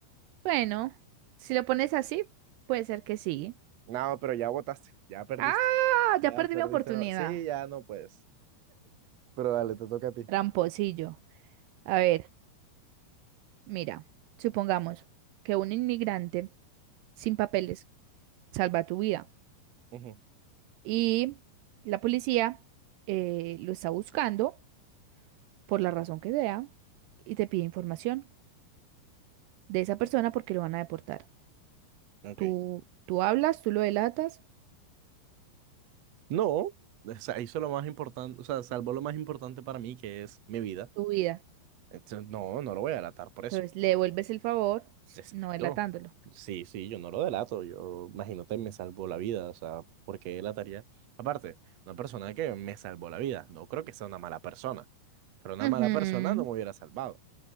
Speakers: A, on the right; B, on the right.
A: Bueno, si lo pones así, puede ser que sí.
B: No, pero ya votaste, ya perdiste.
A: Ah,
B: Ya
A: ya perdí
B: perdiste
A: mi oportunidad.
B: la... Sí, ya no puedes. Pero dale, te toca a ti.
A: Tramposillo. A ver, mira, supongamos que un inmigrante sin papeles salva tu vida
B: Ujú,
A: y la policía eh, lo está buscando por la razón que sea y te pide información. de esa persona porque lo van a deportar.
B: Ok.
A: Tú, tú hablas, tú lo delatas,
B: No, o sea, hizo lo más importante, o sea, salvó lo más importante para mí, que es mi vida.
A: tu vida.
B: Entonces, no, no lo voy a delatar por eso.
A: Entonces le devuelves el favor s-
B: Exacto.
A: no delatándolo.
B: Sí, sí, yo no lo delato, yo imagínate, me salvó la vida, o sea, porque él delataría? Aparte, una persona que me salvó la vida, no creo que sea una mala persona, pero una
A: Ujú.
B: mala persona no me hubiera salvado.